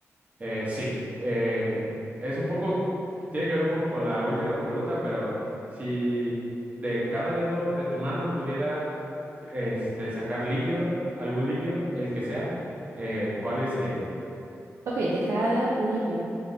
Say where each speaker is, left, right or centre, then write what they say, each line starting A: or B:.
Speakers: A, on the right; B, on the right.
A: Eh, sí, eh, es un poco, tiene que ver un poco con la última pregunta, pero si de cada dedo de tu mano pudieras este, sacar líquido, algún líquido, el que sea, eh, ¿cuáles serían?
B: Ok, de cada dedo un líquido.